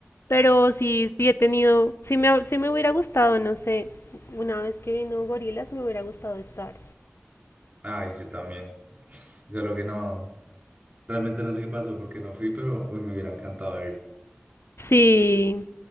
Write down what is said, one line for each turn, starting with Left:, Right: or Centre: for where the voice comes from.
Left: Pero sí, sí he tenido, sí me, ha- sí me hubiera gustado, no sé, una vez que vino Gorillaz me hubiera gustado estar.
Right: Ay, yo también. <sniffs> Solo que no, realmente no sé qué pasó porque no fui, pero uy, me hubiera encantado
Left: Sí,